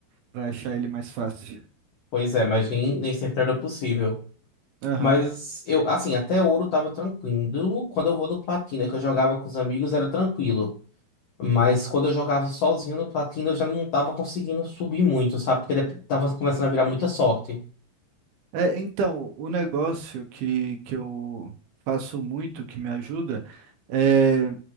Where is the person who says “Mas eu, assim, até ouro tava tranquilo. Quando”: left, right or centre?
Left